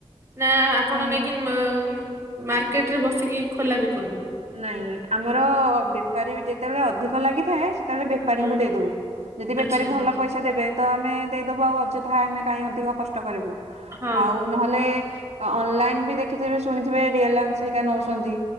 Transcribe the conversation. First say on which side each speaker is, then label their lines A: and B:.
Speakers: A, on the right; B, on the right.
A: ନା ଆପଣ
B: ହୁଁ।
A: ନେଇକି ମା ମାର୍କେଟରେ ବସିକି ଖୋଲା ବିକନ୍ତିି?
B: ନାଇଁ ଆମର ବେପାରୀବି ଯେତେବେଳେ ଅଧିକ ଲାଗିଥାଏ ତାହେଲେ ବେପାରୀଙ୍କୁ
A: ହୁଁ
B: ଦେଇଦଉ ଯଦି ବେପାରୀ
A: ଆଚ୍ଛା
B: ଭଲ ପଇସା ଦେବେ ତ ଆମେ ଦେଇଦବୁ ଆଉ ଅଯଥା ଆମେ କାହିଁ ଅଧିକ କଷ୍ଟ କରିବୁ
A: ହଁ
B: ଆଉ ନହେଲେ ଅନଲାଇନ୍ ବି ଦେଖିଥିବେ ଶୁଣିଥିବେ ରିଲାନ୍ସ ଏରିକା ନେଉଛନ୍ତି।